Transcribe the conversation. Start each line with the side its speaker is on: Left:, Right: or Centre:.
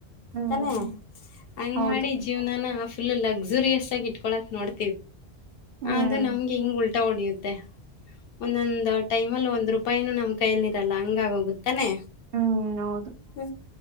Right: ಹ್ಮ್
Left: ತಾನೆ ಹಂಗ
Right: ಹೌದು
Left: ಮಾಡಿ ಫು ಲರಿಯ ಆ ಇ ನೋಡ್
Right: ಹ್ಮ್
Left: ಅದು ನಮಗೆ ಹ ಉ ಹೊಡಿಯುತ್ತೆ ಒಂದೊಂದಂದು ಟೈಮ ಅಲ್ಲಿ ಒಂದ್ ರೂಪಾಯಿನೂ ನಮ್ ಕೈಯಲ್ಲಿ ಇರಲ್ಲ ಹಂಗಗೋಗುತ್ತೆ ತನೆ
Right: ಹ್ಮ್ ಹೌದು
Left: ಹ್ಮ